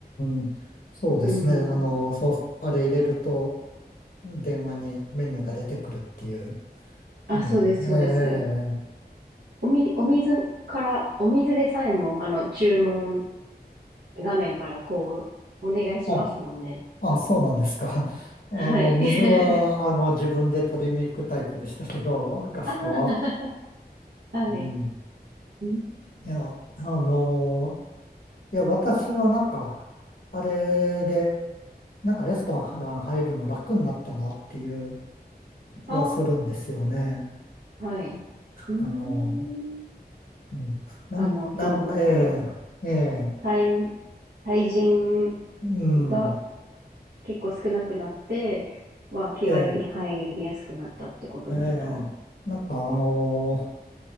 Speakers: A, on the left (about 55°); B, on the right (about 90°).
A: ーん、そうですね。
B: うん。
A: あの、そう、あれ入れると、電話にメニューが出てくるっていう。
B: あ、
A: いや、
B: そうです、そうです。
A: ええ
B: おみ、お水から、お水でさえも、あの、注文画面からこう、お願いしますもんね。
A: あ、あ、そうなんですか。<laughs>
B: はい。
A: あの、水は、
B: <laughs>
A: あの、自分で取りに行くタイプでしたけど、ガストは。
B: ああ、はい。
A: うん。
B: うん
A: いや、あの、いや、私はなんか、あれで、なんかレストラン入るの楽になったなっていう気はするんですよね。
B: ああ、はい。うーん。
A: あの、うん。なん、
B: あの、
A: なん、
B: その、なんていうんですか。
A: ええ、ええ、
B: 対、対人
A: うん、
B: が結構少なくなって、は、気軽に入りやすくなったってことですか
A: ええ、ええ、なんかあのー